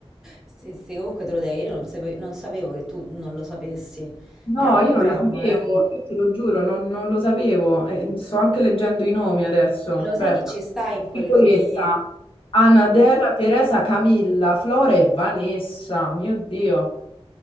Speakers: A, in the centre; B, on the left (about 60°).
A: Sì, sì, comunque te lo dai, io non sape- non sapevo che tu non lo sapessi.
B: No,
A: Gran programma,
B: io non lo sapevo,
A: eh.
B: io te lo giuro, non, non lo sapevo. Eh, sto anche leggendo i nomi adesso. Aspetta.
A: Lo sai chi ci sta in quello
B: Nicoletta,
A: di...
B: Anadela, Teresa, Camilla, Flora e Vanessa. Mio Dio,